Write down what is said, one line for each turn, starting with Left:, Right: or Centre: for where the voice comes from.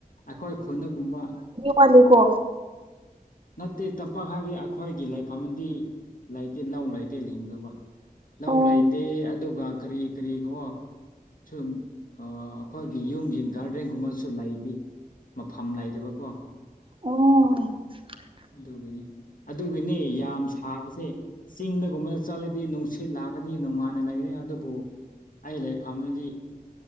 Left: ꯑꯩꯈꯣꯏ ꯈꯨꯣꯟꯗꯒꯨꯝꯕ
Right: ꯀꯂꯤꯀꯣ
Left: ꯅꯠꯇꯦ ꯇꯝꯄꯥꯛ ꯍꯥꯏꯕꯤꯗꯤ ꯑꯩꯈꯣꯏꯒꯤ ꯂꯥꯏꯐꯝꯗꯤ ꯂꯩꯇꯦꯜ ꯂꯧ ꯂꯩꯇꯦꯜ ꯍꯤꯡꯒꯗꯧꯕ ꯂꯧ
Right: ꯑꯣ
Left: ꯂꯩꯇꯦ ꯑꯗꯨꯒ ꯀꯔꯤ ꯀꯔꯤꯒꯣ ꯁꯨꯝ ꯑꯩꯈꯣꯏꯒꯤ ꯌꯨꯝꯒꯤ ꯒꯥꯔꯗꯦꯟꯒꯨꯝꯕꯁꯨ ꯂꯩꯗꯤ ꯃꯐꯝ ꯂꯩꯗꯕꯀꯣ
Right: ꯑꯣ
Left: ꯑꯗꯨꯒꯤꯅꯤ ꯑꯗꯨꯒꯤꯅꯤ ꯌꯥꯝ ꯁꯥꯕ ꯁ ꯆꯤꯡꯗꯒꯨꯝꯕꯗ ꯆꯠꯂꯗꯤ ꯅꯨꯡꯁꯤꯠ ꯂꯥꯛꯀꯅꯤ ꯅꯨꯡꯉꯥꯏꯅ ꯂꯩꯒꯅꯤ ꯑꯗꯨꯕꯨ ꯑꯩ ꯂꯥꯏꯔꯤꯛ ꯐꯥꯝꯗꯤ